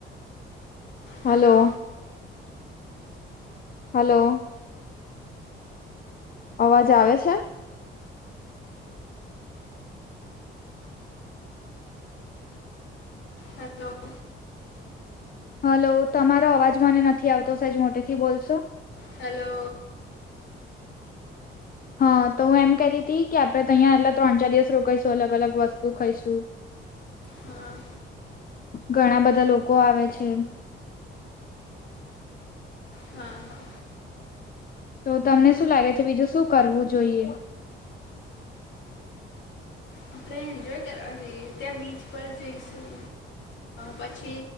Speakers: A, on the left; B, on the left.
A: હેલો
B: હલો હલો અવાજ આવે છે.
A: હલો
B: હલો તમારો અવાજ મને નથી આવતો સહેજ મોટે થી બોલશો
A: હેલો
B: હા તો હું એમ કતી હતી કે આપડે તહંયા એટલા ત્રણ ચાર દિવસ રોકાઈશું અલગ અલગ વસ્તુ ખાઈશું
A: હા
B: ઘણા બધા લોકો આવે છે.
A: હા હા
B: તો તમને શું લાગે છે બીજું શું કરવું જોઈએ
A: આપણે એન્જોય કરવા જઈએ ત્યાં બીચ પર જઈશું પછી